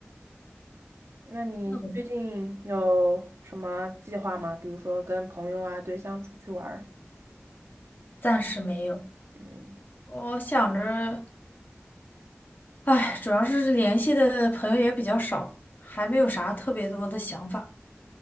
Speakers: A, on the right; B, on the left.
A: 那你最近有什么计划吗？
B: 那我
A: 比如说跟朋友啊、对象出去玩儿？
B: 暂时没有。
A: 嗯
B: 我想着。唉，主要是联系的朋友也比较少，还没有啥特别多的想法，